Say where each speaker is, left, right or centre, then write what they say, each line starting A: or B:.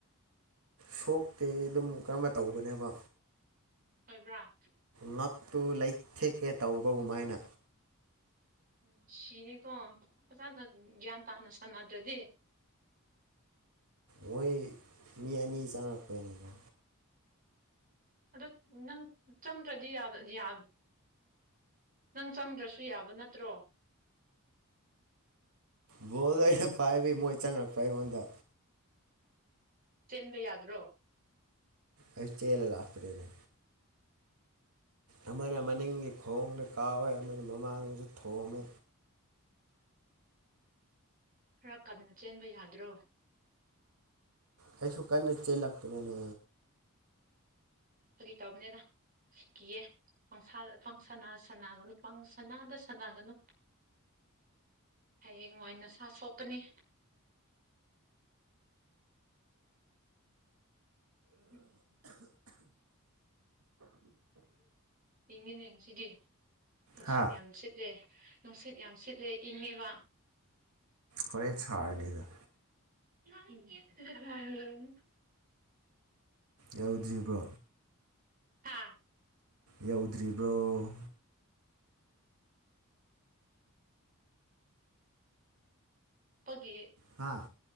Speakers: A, on the right (about 85°); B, on the right (about 40°).
A: ꯁꯣꯛꯇꯦ ꯑꯗꯨꯝ ꯀꯔꯝꯅ ꯇꯧꯕꯅꯦꯕ
B: ꯑꯣꯏꯕꯔ꯭
A: ꯉꯠꯇꯨ ꯂꯩꯊꯦꯛꯀꯦ ꯇꯧꯕꯒꯨꯃꯥꯏꯅ
B: ꯎꯝ ꯁꯤꯅꯤꯀꯣ ꯐꯖꯅ ꯒ꯭ꯌꯥꯟ ꯇꯥꯅ ꯁꯥꯟꯅꯗ꯭ꯔꯗꯤ
A: ꯃꯣꯏ ꯃꯤ ꯑꯅꯤ ꯆꯪꯉꯛꯄꯩꯅꯤꯗ
B: ꯑꯗꯣ ꯅꯪ ꯆꯪꯗ꯭ꯔꯗꯤ ꯌꯥ ꯌꯥ ꯅꯪ ꯆꯪꯗ꯭ꯔꯁꯨ ꯌꯥꯕ ꯅꯠꯇ꯭ꯔꯣ
A: ꯕꯣꯜ ꯑꯩꯅ ꯄꯥꯏꯕꯒꯤ ꯃꯣꯏ ꯆꯪꯉꯛꯄ ꯑꯩꯉꯣꯟꯗ
B: ꯆꯦꯟꯕ ꯌꯥꯗ꯭ꯔꯣ
A: ꯑꯩꯁꯨ ꯆꯦꯜꯂ ꯂꯥꯛꯄꯅꯦꯅꯦ ꯑꯃꯅ ꯃꯅꯤꯡꯒꯤ ꯈꯣꯡꯗ ꯀꯥꯎꯋꯦ ꯑꯃꯅ ꯃꯃꯥꯡꯁꯨ ꯊꯣꯝꯃꯦ
B: ꯈꯔ ꯀꯟꯅ ꯆꯦꯟꯕ ꯌꯥꯗ꯭ꯔꯣ
A: ꯑꯩꯁꯨ ꯀꯟꯅ ꯆꯦꯜꯂꯛꯄꯅꯦꯅꯦ
B: ꯐꯥꯒꯤ ꯇꯧꯕꯅꯤꯅ ꯀꯤꯌꯦ ꯄꯪꯁꯥꯗ ꯄꯪꯁꯥꯟꯅ ꯁꯅꯒꯅꯨ ꯄꯪꯁꯅꯥꯗ ꯁꯥꯟꯅꯒꯅꯨ ꯍꯌꯦꯡꯋꯥꯏ ꯅꯁꯥ ꯁꯣꯛꯀꯅꯤ <unintelligible> ꯏꯪꯉꯤꯅꯦ ꯉꯁꯤꯗꯤ ꯅꯨꯡꯁꯤꯠ
A: ꯍꯥ
B: ꯌꯥꯝ ꯁꯤꯠꯂꯦ ꯅꯨꯡꯁꯤꯠ ꯌꯥꯝ ꯁꯤꯠꯂꯦ ꯏꯪꯉꯦꯕ
A: ꯍꯣꯔꯦꯟ ꯁꯥꯥꯔꯅꯤꯗ
B: <unintelligible> ꯒꯨꯗ ꯃꯣꯔꯅꯤꯡ
A: ꯌꯧꯗ꯭ꯔꯤꯕ꯭ꯔꯣ
B: ꯍꯥꯥ
A: ꯌꯧꯗ꯭ꯔꯤꯕ꯭ꯔꯣ
B: ꯄꯒꯤ
A: ꯍꯥꯥ